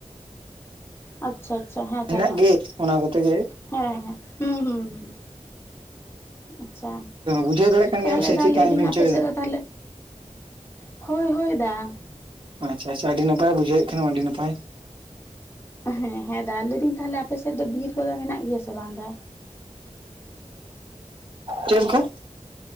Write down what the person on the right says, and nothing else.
ᱦᱮᱱᱟᱜ ᱜᱮ ᱚᱱᱟ ᱠᱚᱛᱮ ᱜᱮ
ᱵᱩᱡᱷᱟᱹᱣ ᱫᱟᱲᱮᱭᱟᱜ ᱠᱟᱱ
ᱜᱮᱭᱟᱢ ᱥᱮ ᱪᱮᱫᱠᱟᱧ
ᱢᱮᱱ
ᱦᱚᱪᱚᱭᱮᱫᱟ
ᱟᱪᱪᱷᱟ ᱟᱪᱪᱷᱟ ᱟᱹᱰᱤ ᱱᱟᱯᱟᱭ ᱵᱩᱡᱷᱟᱹᱣᱮᱫ ᱠᱷᱟᱱᱮᱢ ᱟᱹᱰᱤ ᱱᱟᱯᱟᱭ᱾
ᱪᱮᱫ ᱠᱚ?